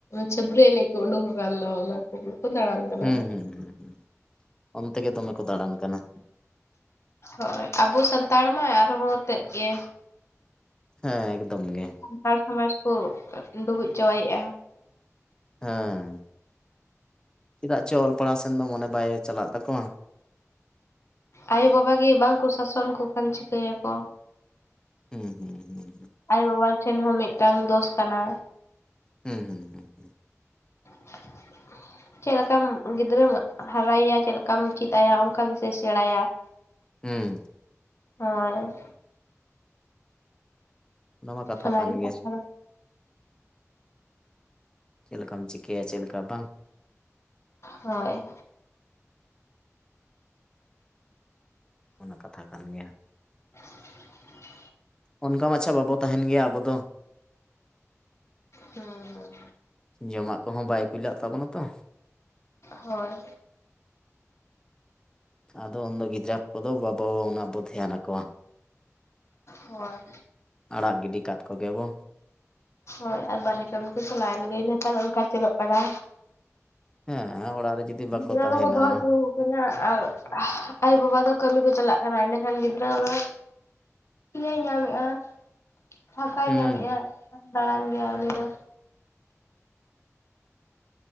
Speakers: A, on the left; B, on the left.
A: ᱪᱷᱟᱹᱯᱨᱤ ᱮᱱᱮᱡ ᱠᱚ ᱩᱰᱩᱠ ᱟᱠᱟᱱ ᱫᱚ ᱚᱱᱟ ᱩᱱᱡᱩ ᱠᱚ ᱫᱟᱲᱟᱱ ᱠᱟᱱᱟ
B: ᱦᱩᱸ
A: ᱦᱟᱸ
B: ᱦᱩᱸ ᱦᱩᱸ ᱚᱱᱛᱮ ᱜᱮ ᱫᱚᱢᱮ ᱠᱚ ᱫᱟᱬᱟᱱ ᱠᱟᱱᱟ
A: ᱦᱚᱭ ᱟᱵᱚ ᱥᱟᱱᱛᱟᱲ ᱢᱟ ᱟᱨᱦᱚᱸ ᱛᱮᱫ ᱜᱮ
B: ᱦᱮᱸ ᱮᱠᱫᱚᱢ ᱜᱮ
A: ᱥᱟᱱᱛᱟᱲ ᱥᱚᱢᱟᱡᱽ ᱠᱚ ᱰᱩᱵᱩᱡ ᱪᱟᱵᱟᱭᱮᱫᱼᱟ
B: ᱦᱮᱸ ᱪᱮᱫᱟᱜ ᱪᱚ ᱚᱞ ᱯᱟᱲᱦᱟᱣ ᱥᱮᱱ ᱫᱚ ᱢᱚᱱᱮ ᱵᱟᱭ ᱪᱟᱞᱟᱜ ᱛᱟᱠᱚᱣᱟ
A: ᱟᱭᱚ ᱵᱟᱵᱟ ᱜᱮ ᱵᱟᱝᱠᱚ ᱥᱟᱥᱚᱱ ᱠᱚ ᱠᱷᱟᱱ ᱪᱤᱠᱟᱹᱭᱟᱠᱚ᱾
B: ᱦᱩᱸ ᱦᱩᱸ ᱦᱩᱸ
A: ᱟᱭᱚ ᱵᱟᱵᱟ ᱴᱷᱮᱱ ᱦᱚᱸ ᱢᱤᱫᱴᱟᱝ ᱫᱚᱥ ᱠᱟᱱᱟ᱾
B: ᱦᱩᱸ
A: <inaudible> ᱪᱮᱫ ᱞᱮᱠᱟᱢ ᱜᱤᱫᱽᱨᱟᱹᱢ ᱦᱟᱨᱟᱭᱮᱭᱟ ᱪᱮᱫ ᱞᱮᱠᱟᱢ ᱪᱮᱫ ᱟᱭᱟ ᱚᱱᱠᱟ ᱜᱮᱥᱮ ᱥᱮᱬᱟᱭᱟ <inaudible>
B: ᱦᱩᱸ
A: ᱦᱚᱭ
B: ᱚᱱᱟ ᱢᱟ ᱠᱟᱛᱷᱟ
A: ᱚᱟᱜᱮ
B: ᱠᱟᱱ ᱜᱮᱭᱟ
A: ᱠᱟᱛᱷᱟ ᱦᱩᱸ
B: ᱪᱮᱫ ᱞᱮᱠᱟᱢ ᱪᱤᱠᱟᱹᱭᱟ ᱪᱮᱫ ᱞᱮᱠᱟ ᱵᱟᱝ?
A: ᱦᱚᱭ
B: ᱚᱱᱟ ᱠᱟᱛᱷᱟ ᱠᱟᱱ ᱜᱮᱭᱟ
A: <inaudible>
B: ᱚᱱᱠᱟ ᱢᱟᱪᱷᱟ ᱵᱟᱵᱚ ᱛᱟᱦᱮᱱ ᱜᱮᱭᱟ ᱟᱵᱚ ᱫᱚ᱾
A: ᱦᱩᱸ ᱦᱩᱸ
B: ᱡᱚᱢᱟᱜ ᱠᱚᱦᱚᱸ ᱵᱟᱭ ᱠᱩᱞᱟᱜ ᱛᱟᱵᱚᱱᱟ ᱛᱚ
A: ᱦᱚᱭ
B: ᱟᱫᱚ ᱩᱱᱫᱚ ᱜᱤᱫᱽᱨᱟᱹᱵ ᱠᱚᱫᱚ ᱵᱟᱵᱚ ᱩᱱᱟᱹᱜ ᱵᱚ ᱫᱷᱮᱭᱟᱱ ᱟᱠᱚᱣᱟ
A: ᱦᱚᱭ
B: ᱟᱲᱟᱜ ᱜᱤᱰᱤ ᱠᱟᱫ ᱠᱚᱜᱮᱵᱚ
A: ᱦᱚᱭ ᱟᱨ ᱵᱟᱨᱦᱮ ᱠᱟᱹᱢᱤ ᱠᱚ ᱪᱟᱞᱟᱣᱮᱱ ᱜᱮ ᱱᱮᱛᱟᱨ ᱚᱱᱠᱟ ᱪᱚᱞᱚᱜ ᱠᱟᱱᱟ
B: ᱦᱮᱸ ᱚᱲᱟᱜ ᱨᱮ ᱡᱩᱫᱤ ᱵᱟᱠᱚ
A: ᱜᱤᱫᱽᱨᱟᱹ
B: ᱛᱟᱦᱮᱱᱟ
A: ᱫᱚᱠᱚ ᱫᱚᱦᱚ ᱦᱚᱴᱚ ᱟᱠᱚ ᱠᱟᱱᱟ ᱟᱨ ᱟᱭᱚ-ᱵᱟᱵᱟ ᱫᱚ ᱠᱟᱹᱢᱤ ᱠᱚ ᱪᱟᱞᱟᱜ ᱠᱟᱱᱟ ᱮᱸᱰᱮᱠᱷᱟᱱ ᱜᱤᱫᱽᱨᱟᱹ ᱫᱚ ᱯᱤᱭᱟᱭ ᱧᱟᱢᱮᱜᱼᱟ ᱯᱷᱟᱸᱠᱟᱭ
B: ᱦᱩᱸ
A: ᱧᱟᱢᱮᱜᱼᱟ ᱫᱟᱬᱟᱱ ᱜᱮᱭᱟᱭ ᱩᱱᱤ ᱫᱚ᱾